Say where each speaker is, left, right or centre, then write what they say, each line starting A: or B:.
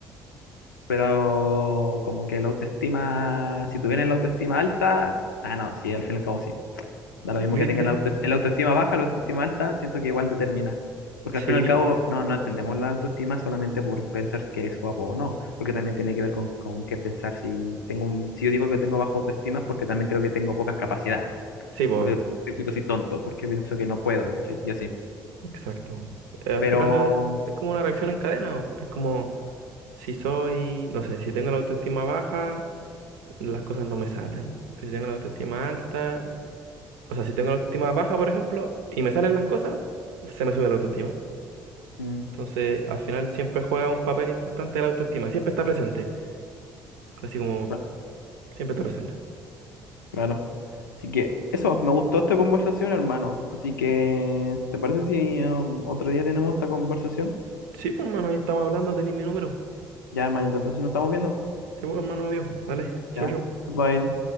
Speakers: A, on the left; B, on the right.
A: pero como que la autoestima, si tuvieran la autoestima alta, ah, no, sí, al fin y al cabo sí. Da lo
B: ¿Viste?
A: mismo que tengan auto, el autoestima baja, la autoestima alta, siento que igual determina. Porque al
B: Sí,
A: fin y al cabo,
B: bo-
A: no, no entendemos la autoestima solamente por pensar que eres guapo o no, porque también tiene que ver con, con qué pensar. Si tengo un- si yo digo que tengo baja autoestima es porque también creo que tengo pocas capacidades,
B: sí, bo,
A: porque
B: obvio.
A: pienso que soy tonto, porque pienso que no puedo, ¿cachai? Y así.
B: Exacto. Eh, al
A: Pero,
B: final eh, es como una reacción en cadena. o Es como si soy, no sé, si tengo la autoestima baja, las cosas no me salen. Si tengo la autoestima alta, o sea, si tengo la autoestima baja, por ejemplo, y me salen las cosas, se me sube la autoestima.
A: mm,
B: Entonces, al final siempre juega un papel importante la autoestima. Siempre está presente. Así como
A: cla-
B: siempre está presente.
A: claro. Así que eso, me gustó esta conversación, hermano. Así que, ¿te parece si um, otro día tenemos esta conversación?
B: Sí, pues, hermano, ahí estamos hablando, tenéis mi número.
A: Ya, hermanito, entonces nos estamos viendo.
B: Sí, pues, hermano, obvio. Dale, chau,
A: Ya,
B: chau.
A: goodbye.